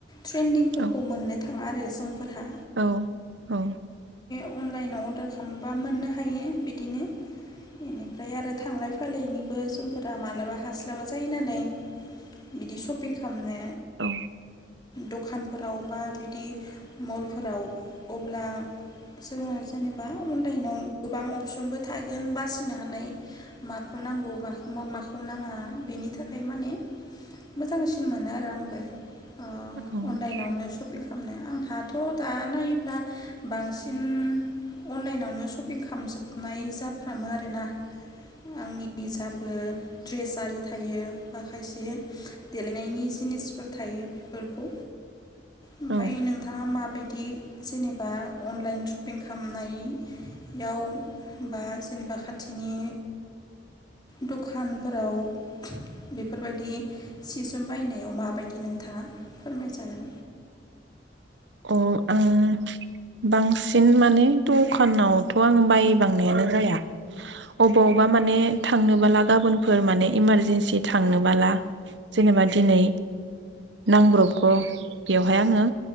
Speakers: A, on the left; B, on the right.
A: ट्रेन्दिंफोरखौ
B: औ
A: मोननो थाङा आरो समफोरहा
B: औ औ
A: अनलाइनाव अरदार खामबा मोननो हायो बिदिनो इनिफ्राय आरो थांलाय फायलायनि बो समफोरा मालाबा हास्लाबा जायो नालाय बिदि सपिं खामनो
B: औ
A: दखानफोराव बा बिदि मलफोराव अब्ला जोङो जेनेबा अनलाइनाव गोबां अपसनबो थागोन बासिनो हानाय माखौ नांगौ माखौ मा माखौ नाङा बेनि थाखाय माने मोजांसिन मोनो आरो आंबो ओ
B: औ
A: अनलाइनावनो सपिं खामनो आंहाथ' दा नायो दा बांसिन अनलाइनावनो सपिं खामजोबनाय जाफ्रामो आरोना आंनि जाबो ड्रेसारि थायो हा खायसे देलायनायनि <inaudible> जिनिसफोर थायो बिफोरखौ ओमफ्राय
B: औ
A: नोंथाङा माबायदि नेबा अनलाइन सपिं खामनाय याव बा जेनबा खाथिनि दखानफोराव बेफोरबायदि सिस बायनायाव माबायदि नोंथाङा फोरमायजागोन
B: अ आं बांसिन माने दखानावथ' आं बायबांनायानो जाया अबावबा माने थांनोबाला गाबोनफोर माने इमारजेन्सि थांनोबाला जेनेबा दिनै नांब्रबगौ बेवहाय आङो